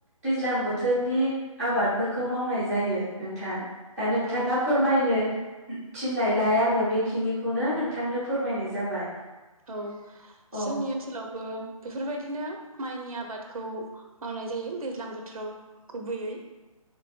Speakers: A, in the centre; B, on the right (about 85°).
A: दैज्लां बोथोरनि आबाद खौ मावनाय जायो नोंथां दा नोंथाङा
B: औ
A: फोरमायनो थिननायलाय आङो बेखिनिखौनो नोंथांनो फोरमायनाय जाबाय
B: औ
A: अ औ
B: जोंनि ओनसोलावबो बेफोरबायदिनो माइनिया आबादखौ मावनाय जायो दैज्लां बोथोराव गुबैयै